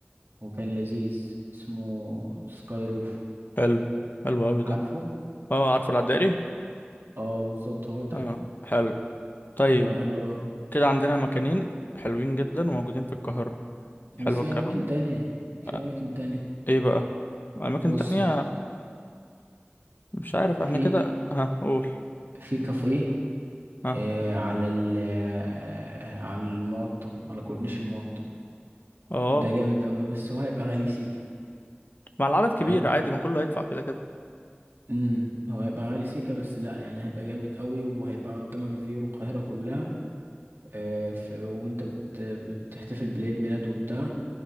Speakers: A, on the right (about 75°); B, on the left (about 50°).
A: وكان لذيذ اسمه سكاي روف
B: حلو حلو قوي
A: عارفه
B: ده اه عارف العدائري
A: اه بالظبط هو ده
B: اه حلو طيب
A: هو حلو أوي.
B: كده عندنا مكانين حلوين جدا وموجودين في القاهرة حلو
A: وفي
B: الكلام
A: اماكن تانية في
B: آه،
A: اماكن تانية
B: ايه بقى اماكن
A: بص
B: تانية مش عارف
A: في
B: احنا كده ها قول
A: في كافيه
B: ها
A: آه على ال آه على المقطم على كورنيش المقطم
B: اه
A: ده جامد قوي بس هو هيبقى غالي سيكا
B: مع العدد
A: فاهم
B: كبير عادي ما كله هيدفع كده كده
A: امم هو هيبقى غالي سيكا بس لا يعني هيبقى جامد قوي وهيبقى قدامك فيو القاهرة كلها آه ف... وانت بت... بتحتفل بعيد ميلاد وبتاع